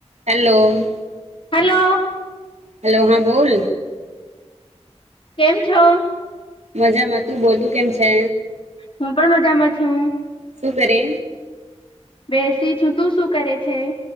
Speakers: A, on the right; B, on the left.
A: Hello.
B: Hello
A: hello હા બોલ.
B: કેમ છો.
A: મજામાં તું બોલતું કેમ છે.
B: હું પણ મજામાં છું
A: સુું કરે
B: બેસી છું તું શું કરે છે